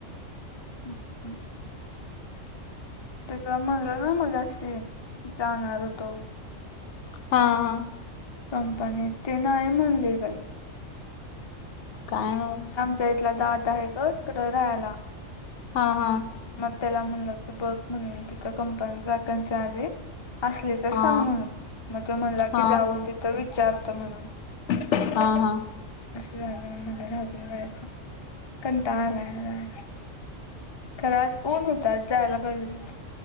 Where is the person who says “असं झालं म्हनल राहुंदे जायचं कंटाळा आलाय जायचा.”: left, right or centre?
Left